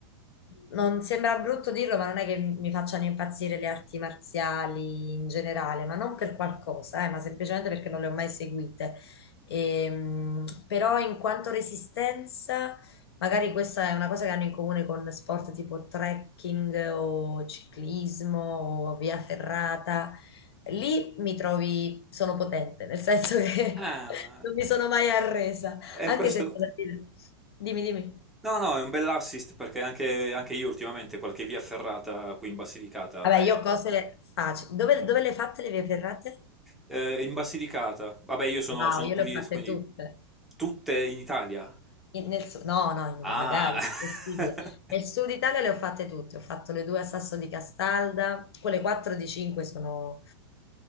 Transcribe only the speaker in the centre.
Ah,
è
questo.
No, no, è un bell'assist perché anche, anche io ultimamente qualche via ferrata qui in Basilicata.
eh.
Eh, in Basilicata, vabbè, io sono,
sono
pugliese,
quindi
tutte in Italia.
Ah,
<laughs>